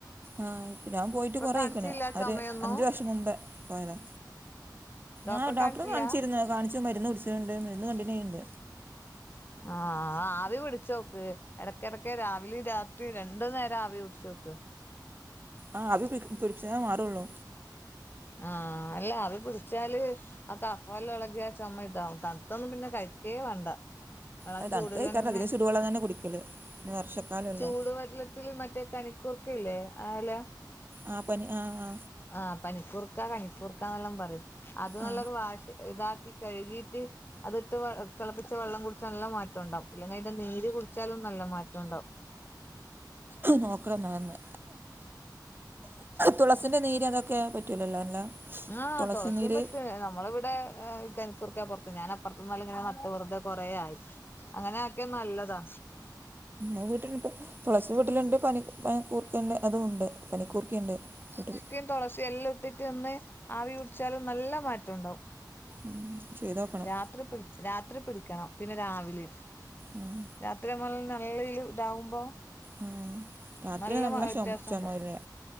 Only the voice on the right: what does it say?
ആഹ് ഇപ്പൊ ഞാൻ പോയിട്ട് കൊറ
ഇക്കണ ആ
ഒരു അഞ്ചു വർഷം മുമ്പ് പോയതാ
ആ ഡോക്ടർ
കാണിച്ചിരുന്നു കാണിച്ചു മരുന്ന് കൂടിച്ചിണ്ട് മരുന്ന് കണ്ടിന്യൂ ചെയ്യേണ്ട
ആഹ് ആവി പിടിച്ച മാറള്ളൂ
അത്
തണു കാരണം അതികം ചുടു വെള്ളം തന്നെ കുടിക്കല് ഇനി വർഷക്കാലമല്ലേ
ആ പനി ആ ആ
ആ
നോക്കണംന്ന് തുളസിന്റെ നീര് ഒക്കെ പറ്റില്ലല്ലോ അല്ല
തുളസി
നീര്
ഉ വീട്ടന് ഇപ്പ തുളസി വീട്ടിലുണ്ട് പനി കൂർക്കണ്ട് അതും ഉണ്ട് പനിക്കൂർക്കിയുണ്ട് വീട്ടിൽ
ഉം, ചെയ്ത് നോക്കണം
ഉം,
ഉം. രാത്രി
ചുമ ചുമ ഇല്ലേ